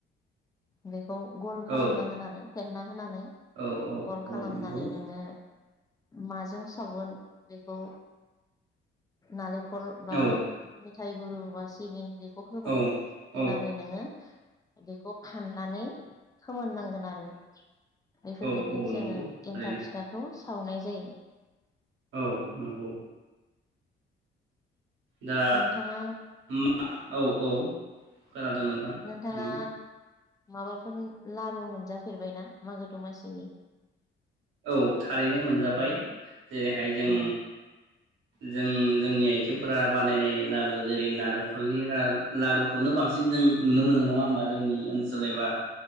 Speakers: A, on the left; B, on the right.
A: बे खौ गल खालामनांगोन
B: औ
A: आरो फेेनना होनानै
B: औ
A: गल खालामनानै
B: औ नंगौ
A: नोङो माजों सावगोन बेखौ नालें खर बा
B: औ
A: मिथाइगुरु बा सिबिं खौ होबाय
B: औ औ
A: होनानै
B: औ
A: नोङो बेखौ फाननानै फोमोननांगोन आरो बेफोरबायदिनो
B: औ
A: जोङो
B: नंगौ ओरैनो
A: एन्थाब फिथाखौ सावनाय जायो।
B: औ नंगौ। दा
A: नोंथाङा
B: मा <unintelligible> औ औ खोनादों नोंथां
A: नोंथाङा
B: उम
A: माबाफोर लारु मोनजाफेरबायना मागो दमासिनि,?
B: औ थारैनो मोनजाबाय जेरैहाय जों
A: औ
B: जों जोंनि आइजोफोरा बानायनाय लारु जेरै नारेंखलनि लारुखौनो बांसिन जों नुनो मोनो नङा होमबा जोंनि ओनसोल एबा